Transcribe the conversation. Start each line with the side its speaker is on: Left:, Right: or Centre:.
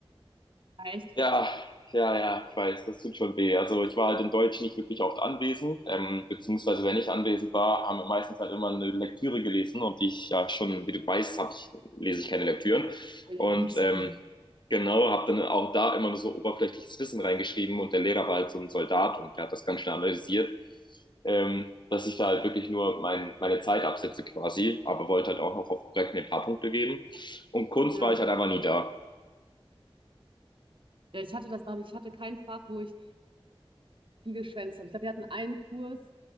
Right: Echt?
Left: ja, ja, ja, ich weiß, das tut schon weh. Also ich war halt in Deutsch nicht wirklich oft anwesend, ähm, beziehungsweise wenn ich anwesend war, haben wir meistens halt immer eine Lektüre gelesen und die ich ja schon, wie du weißt, hab ich, lese ich keine Lektüren.
Right: Mein
Left: Und
Right: Lieblingsfach.
Left: ähm, genau, habe dann auch da immer nur so oberflächliches Wissen reingeschrieben und der Lehrer war halt so ein Soldat und der hat das ganz schnell analysiert, ähm, dass ich da halt wirklich nur mein, meine Zeit absetze quasi, aber wollte halt auch noch auf korrekt mir ein paar Punkte geben. Und Kunst
Right: Ja.
Left: war ich halt einfach nie da.
Right: Ja, ich hatte das, glaube ich, ich hatte kein Fach, wo ich viel geschwänzt habe. Ich glaube, wir hatten einen Kurs,